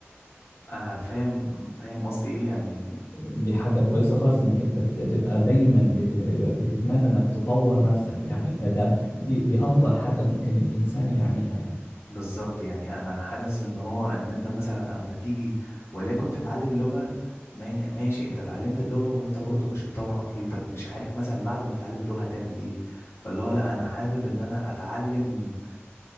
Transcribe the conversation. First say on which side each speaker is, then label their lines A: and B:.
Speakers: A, on the left; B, on the left.
A: آه فاهم فاهم قصدي ايه يعني
B: دي حاجة كويسة خالص انك انت ت- تبقى دايما بت... بتتمنى انك تطور نفسك يعني فده دي, دي افضل حاجة ممكن الانسان يعملها يعني
A: بالظبط يعني انا حاسس ان هو ان انت مثلا اما تيجي وليكن تتعلم لغة ما ماشي انت اتعلمت اللغة وانت برضو مش مطور عقليتك مش عارف مثلا بعد ما تتعلم اللغة هتعمل ايه فاللي هو لا انا حابب ان انا اتعلم